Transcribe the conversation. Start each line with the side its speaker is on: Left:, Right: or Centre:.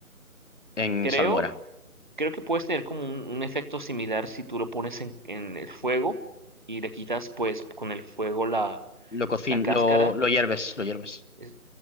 Left: en
Right: Creo,
Left: salmuera.
Right: creo que puedes tener como un, un efecto similar si tú lo pones en, en el fuego y le quitas pues con el fuego la,
Left: Lo, cocin
Right: la cáscara
Left: lo, lo hierves, lo hierves.
Right: es-